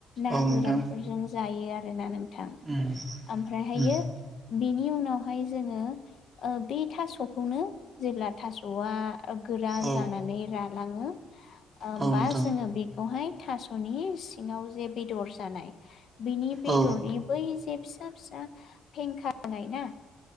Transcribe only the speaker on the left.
ना
गोरानफोरजों जायो आरोना नोंथां।
ओमफ्रायहायो
बेनि उनावहाय जोङो बे थास'खौनो जेब्ला थास'आ गोरा
जानानै रालाङो होमबा
जोङो बेखौ हाय थास'नि सिंआव जे बेदर जानाय बिनि बेदरनि
बै जे फिसा- फिसा फेंखा जानाय ना